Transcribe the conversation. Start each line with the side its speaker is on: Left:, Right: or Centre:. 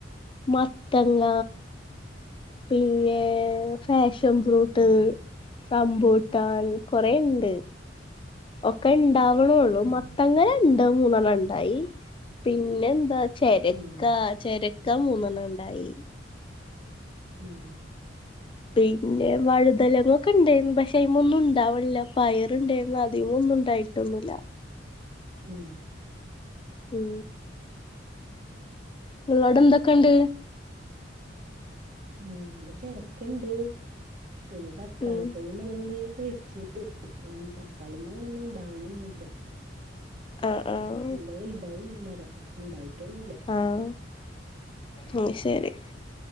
Left: മത്തങ്ങ പിന്നെ ഫാഷൻ ഫ്രൂട്ട്
Right: ഉം
Left: റമ്പൂട്ടാൻ കൊറേ ഉണ്ട് ഒക്കെ ഇണ്ടാവണള്ളൂ
Right: ഉം
Left: മത്തങ്ങ ര രണ്ടോ മൂന്നൊ ന്നണ്ണം ണ്ടായി പിന്നെ എന്താ ചെരക്കാ
Right: ഉം
Left: ചെരക്ക മൂന്നെണ്ണം ഉണ്ടായി
Right: ഉം
Left: പിന്നെ വഴുതലങ്ങൊക്കെ ഉണ്ടായിരുന്നു പക്ഷെ അതിലൊന്നും ഉണ്ടാവണില്ല പയറുണ്ടായിരുന്നു അധികമൊന്നുണ്ടായി ട്ടുമില്ല
Right: മ്
Left: ഉം നിങ്ങളവിടെ എന്തൊക്കെയണ്ട്
Right: ഞങ്ങളോടെ ചെരക്കുണ്ട് പിന്നെ തക്കാളി
Left: ഉം
Right: തയ്യും മളകും തയ്യും ഒക്കെ വെച്ച് തക്കാളി മെ അങ്ങനെയൊന്നും ഉണ്ടാവണംന്നുല്ല
Left: ആഹ് ആഹ്
Right: നല്ല വലുതായിണ്ട് മരം. ഉണ്ടായിട്ടൊന്നുല്ല.
Left: ആഹ് ആഹ് ശരി.